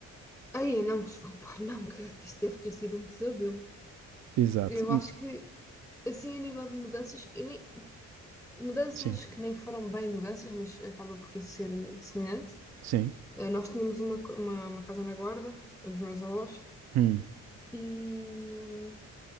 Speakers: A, in the centre; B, on the right (about 60°).
A: Aí, não, desculpa, não, credo que isso deve ter sido um pesadelo.
B: Exato.
A: Eu
B: N-
A: acho que, assim, a nível de mudanças, e nem, mudanças
B: Sim,
A: que nem foram bem mudanças, mas acaba por ser semelhante.
B: sim.
A: Eh, Nós tínhamos uma, co- uma, uma casa na Guarda, dos meus avós,
B: Hum,
A: e, hum,